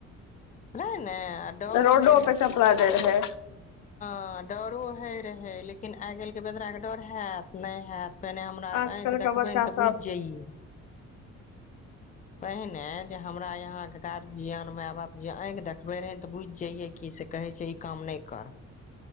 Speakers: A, on the left; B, on the left.
A: नै ने डर
B: रोडो
A: होइ
B: पर चपला दै रहै।
A: हां डरो हय रहे लेकिन आइ काल्हि के बेदरा के डर हयत, नहि हयत। पहिने हमरा आरके
B: आजकल
A: आंखि देखबैन
B: के बच्चा
A: त बुझि
B: सब
A: जइयै। पहिने जे हमरा यहांके गार्जियन, माय बाप जे आंखि देखबे रहै न बुझि जाइयै कि से कहै छै इ काम नै कर।